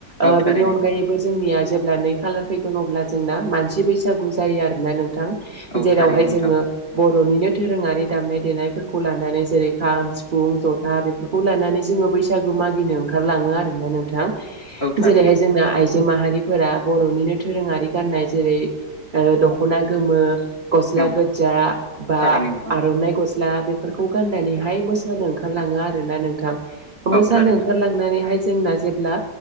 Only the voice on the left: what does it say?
औ थारैनो
औ थारैनो नोंथां
औ थारैनो
औ
थारैनो नोंथां
औ थारैनो